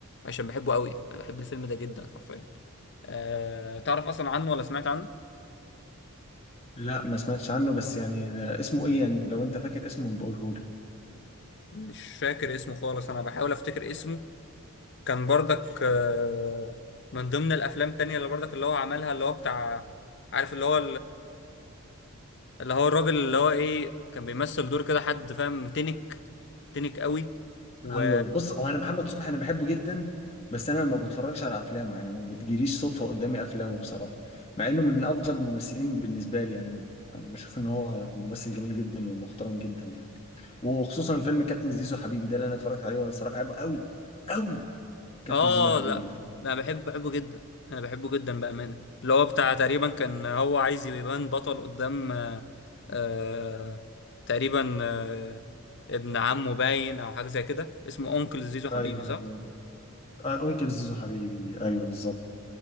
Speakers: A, on the left; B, on the left.
A: عشان بحبه قوي انا بحب الفيلم ده جدا حرفيا أه... تعرف اصلا عنه ولا سمعت عنه
B: لا ما سمعتش عنه بس يعني آه، اسمه ايه يعني لو انت فاكر اسمه بقوله
A: مش فاكر اسمه خالص انا بحاول افتكر اسمه كان برضك أه... من ضمن الافلام التانية اللي برضك اللي هو عملها اللي هو بتاع عارف اللي هو اللي هو الراجل اللي هو ايه كان بيمثل دور كده حد فاهم تنك تنك قوي و
B: ايوه بص هو انا محمد صبحي انا بحبه جدا بس انا ما بتفرجش على افلامه يعني ما بتجيليش صدفه قدامي افلامه بصراحه مع انه من افضل الممثلين بالنسبه لي يعني انا بشوف ان هو ممثل جميل جدا ومحترم جدا يعني وخصوصا فيلم كابتن زيزو حبيبي ده اللي انا اتفرجت عليه وانا بصراحه بحبه قوي قوي كابتن
A: اه
B: زيزو حبيبي
A: لا
B: ده
A: لا بحب بحبه جدا انا بحبه جدا بأمانة اللي هو بتاع تقريبا كان هو عايز يبان بطل قدام آه... آه... تقريبا آه... ابن عمه باين او حاجة زي كده اسمه اونكل زيزو حبيبي
B: ايوه
A: صح
B: ايوه آه، انكل زيزو حبيبي ايوه بالظبط